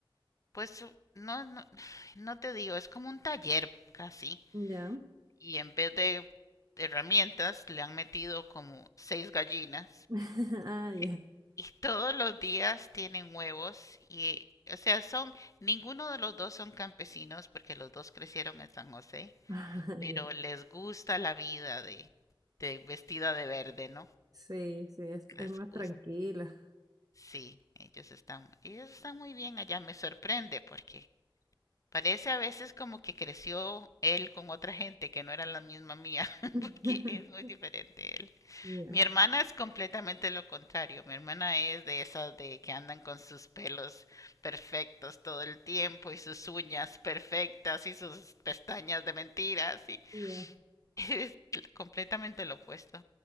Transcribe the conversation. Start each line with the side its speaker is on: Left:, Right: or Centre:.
Left: Pues no, no, <sighs> no te digo, es como un taller casi.
Right: Ya.
Left: Y en vez de herramientas le han metido como seis gallinas.
Right: <laughs> Ah,
Left: <laughs>
Right: ya.
Left: Y todos los días tienen huevos y, o sea, son, ninguno de los dos son campesinos porque los dos crecieron en San José,
Right: <laughs>
Left: pero
Right: Ya.
Left: les gusta la vida de, de vestida de verde, ¿no?
Right: Sí, sí, es,
Left: Les
Right: es más
Left: gusta.
Right: tranquila.
Left: Sí, ellos están, ellos están muy bien allá. Me sorprende porque Parece a veces como que creció él con otra gente que no era la misma mía, <laughs>
Right: <laughs>
Left: porque es muy diferente él.
Right: Ya,
Left: Mi hermana es completamente lo contrario. Mi hermana es de esas de que andan con sus pelos perfectos todo el tiempo y sus uñas perfectas y sus pestañas de mentiras y
Right: ya.
Left: <laughs> es completamente lo opuesto.